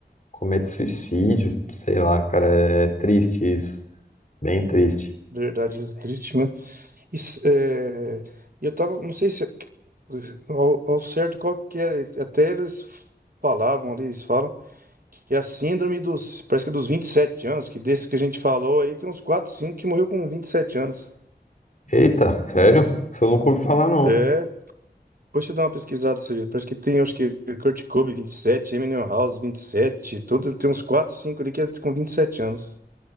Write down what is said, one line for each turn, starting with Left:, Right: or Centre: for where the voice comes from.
Left: comete suicídio, sei lá, cara. É é triste isso, bem triste.
Right: verdade, é triste, né? Isso, é, eu tava, não sei se ao, ao certo qual que era, até eles falavam ali, eles falam Que é a síndrome dos, parece que é dos 27 anos, que desses que a gente falou aí, tem uns 4 5 que morreu com vinte e sete anos.
Left: Eita, sério? Isso eu nunca ouvi falar não.
Right: É, depois você dá uma pesquisada, você vê. Parece que tem, acho que Kurt Cobain, 27 Eminem House, 27 tudo, tem uns 4 5 ali que é com 27 anos.